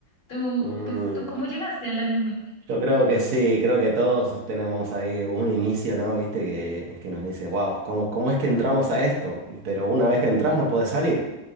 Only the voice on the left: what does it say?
¿Tú,
tú, tú cómo llegaste al anime?